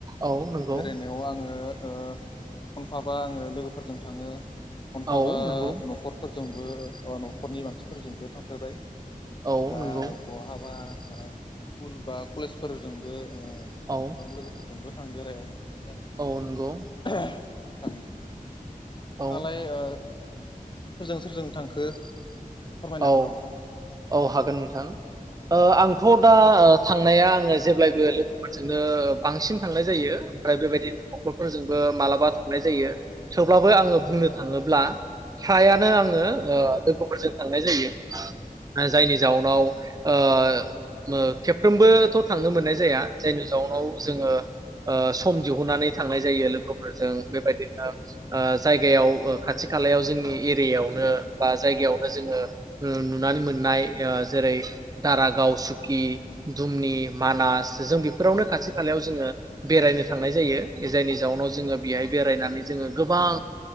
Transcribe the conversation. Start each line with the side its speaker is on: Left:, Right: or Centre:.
Right: औ नंगौ
Left: बेरायनायाव आङो ओ खनफाबा आङो लोगोफोरजों थाङो खनफाबा
Right: औ नंगौ
Left: नखफोर जोंबो नखरनि मानसिफोरजोंबो थांफेरबाय
Right: औ
Left: बा
Right: नंगौ
Left: बहाबा ओ स्कुल बा कलेजफोरजोंबो ओ
Right: औ
Left: गोबां लोगोफोरजोंबो थांबाय थांबाय आरो
Right: औ नंगौ
Left: <unintelligible> नोंथां अ
Right: औ
Left: <unintelligible> ओ सोरजों सोरजों थांखो फोरमायनो
Right: औ
Left: हागोन नामा नोंथां
Right: औ हागोन नोंथां ओ आंथ दा थांनाया आंङो जेब्लायबो लोगोफोरजोंनो बांसिन थांनाय जायो ओमफ्राय बेबायदिनो स्कुलफोरजोंबो मालाबा थांनाय जायो थेवब्लाबो आंङो बुंनो थाङोब्ला फ्रायानो आंङो ओ लोगोफोरजों थांनाय जायो जायनि जाउनाव ओखेबफ्रोमबोथ थांनो मोननाय जाया जायनि जाउनाव जोंङो ओ सम दिहुननानै थांनाय जायो लोगोफोरजों बेबायदिनो जायगायाव खाथि खालायाव जोंनि एरियायावनो बा जायगायावनो जोंङो ओ नुनानै मोननाय जेरै दारागाव सुकि दुमनि मानास जों बेफोरावनो खाथि खालायाव जोंङो बेरायनो थांनाय जायो जायनि जाउनाव जोंङो बेहाय बेरायनानै जोंङो गोबां